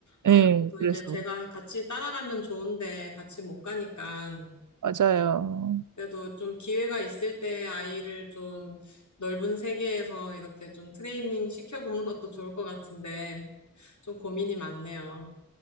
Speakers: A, on the left; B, on the right.
A: 아무래도
B: 예, 그래서.
A: 이제 제가 같이 따라가면 좋은데 같이 못 가니까
B: 맞아요.
A: 그래도 좀 기회가 있을 때 아이를 좀 넓은 세계에서 이렇게 좀 트레이닝 시켜보는 것도 좋을 것 같은데 좀 고민이 많네요.